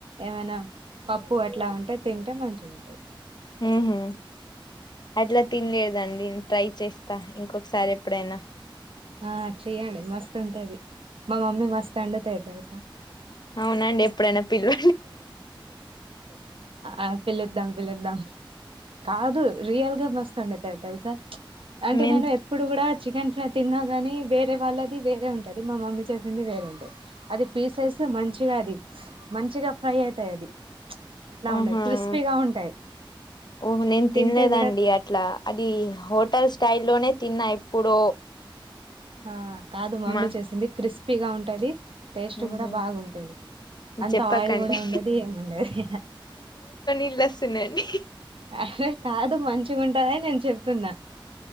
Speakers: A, on the right (about 80°); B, on the left (about 55°).
A: ఏమైనా పప్పు అట్లా ఉంటే తింటే మంచి గుంటది
B: ఉహు అట్లా తినలేదండి ట్రై చేస్తా ఇంకొకసారి ఎప్పుడైనా
A: ఆ చెయ్యండి మస్తు ఉంటది మా మమ్మీ మస్తు వండుతాది తెలుసా
B: అవునండి ఎప్పుడైనా పిలువ
A: ఆ పిలుద్దాం పిలుద్దాం కాదు రియల్ గా మస్త్ వండతది తెల్సా అంటే
B: మేం
A: నేను ఎప్పుడు కూడా చికెన్ ఫ్రై తిన్నా కానీ వేరే వాళ్ళది వేరే ఉంటది మా మమ్మీ చేసింది వేరే ఉంటది అది పీసెస్ మంచిగా అది మంచిగా ఫ్రై అయితాయి అది అట్లా
B: ఉమ్
A: ఉండయి
B: హ్మ్
A: క్రిస్పీగా ఉంటాయి
B: ఓహ నేను
A: తింటే
B: తినదండి
A: కూడా
B: అట్లా అది
A: ఆ
B: హోటల్ స్టైల్ లోనే తిన్న ఎప్పుడో
A: ఆ కాదు మమ్మీ
B: మా
A: చేసింది క్రిస్పీగా ఉంటది టేస్ట్
B: ఉహు
A: కూడా బాగుంటది అంత
B: చెప్పకండి
A: ఆయిల్ కూడా ఉండదు ఏముండదు ఇగ
B: ఇల్ వస్ ఉన్నాని
A: అరే కాదు మంచిగా ఉంటారని నేను చెప్తున్నా